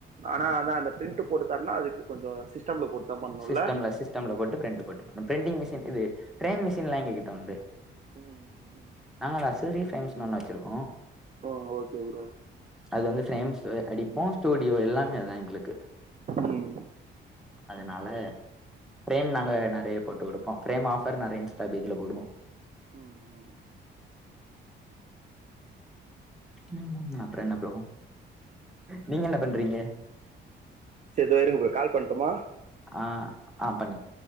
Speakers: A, on the right; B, in the centre.
A: ஆனா அதா அந்த பிரிண்ட்டு போட்டுத்தருன்னா அதுக்கு கொஞ்சம் சிஸ்டம்ல போட்டு தா பண்ணுல்ல
B: சிஸ்டம்ல சிஸ்டம்ல போட்டு பிரிண்ட் போட்டு பிரிண்டிங் மிஷின் இது பிரேம் மிஷின்லா எங்ககிட்ட உண்டு
A: ம்
B: நாங்கலா சூரி பிரேம்ஸ்னு ஒண்ணு வச்சிருக்கோ
A: ஓ ஓகே ப்ரோ
B: அது வந்து பிரேம்ஸு அடிப்போ ஸ்டூடியோ எல்லாமே அதா எங்களுக்கு
A: ம்
B: அதனால ஃப்ரேம் நாங்க நெறைய போட்டு கொடுப்போ ஃப்ரேம் ஆஃபர் நெறைய இன்ஸ்டா பேஜ்ல போடுவோ
A: ம்
B: ம் அப்றோ என்ன ப்ரோ நீங்க என்ன பண்றீங்க
A: சே து இருங்க ப்ரோ கால் பண்ட்டுமா
B: ஆ ஆ பண்ணுங்க